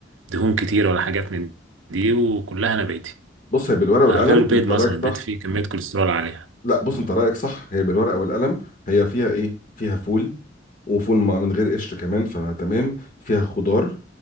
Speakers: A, on the right; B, on the left.
A: دهون كتير ولا حاجات من دي وكلها نباتي
B: بص هي بالورقه والقلم
A: آه غير البيض
B: انت
A: مثلا
B: رايك صح
A: البيض فيه كمية كوليسترول عالية
B: لا بص
A: مم.
B: انت رايك صح هي بالورقه والقلم هي فيها ايه فيها فول وفول م- من غير قشر كمان فتمام فيها خضار